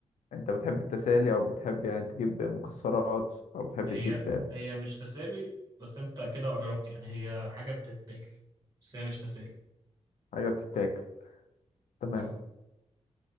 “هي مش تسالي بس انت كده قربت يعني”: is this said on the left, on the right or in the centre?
Right